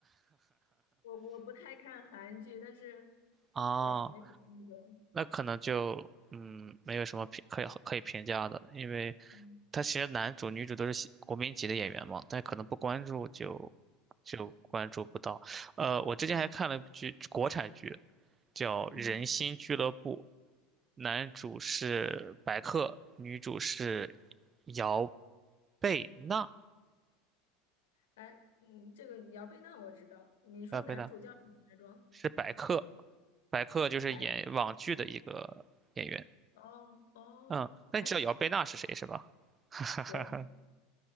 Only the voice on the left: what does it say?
我我不太看韩剧，但是
对，没有听过，
嗯
嗯。
嗯，
哎，嗯，这个姚贝娜我知道。你说男主叫什么来着？
白客，哦哦他
对，